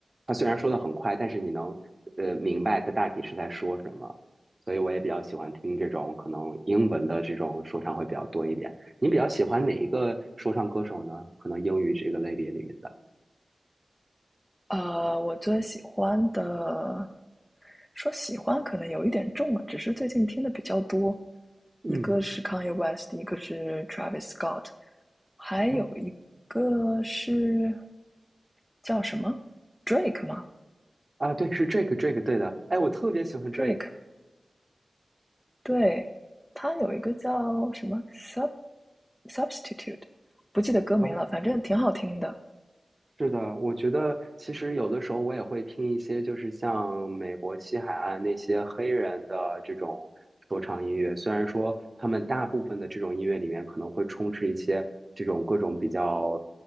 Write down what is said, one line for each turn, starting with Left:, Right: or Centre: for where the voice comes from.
Right: 它虽然说的很快，但是你能呃明白它大体是在说什么。所以我也比较喜欢听这种可能英文的这种说唱会比较多一点。你比较喜欢哪一个说唱歌手呢？可能英语这个类别里面的。
Centre: 呃，我最喜欢的，说喜欢可能有一点重了，只是最近听的比较多。
Right: 嗯，
Centre: 一个是 Kanye West，一个是 Travis Scott，还有一个是
Right: 哦
Centre: 叫什么 Drake 吗
Right: 啊，对，是 Drake，Drake，对的。哎，我特别喜欢 Drake。
Centre: ？Drake，对，他有一个叫什么 Sub Substitute，不记得歌名了，
Right: 哦，
Centre: 反正挺好听的。
Right: 是的，我觉得其实有的时候我也会听一些，就是像美国西海岸那些黑人的这种说唱音乐。虽然说他们大部分的这种音乐里面可能会充斥一些这种各种比较，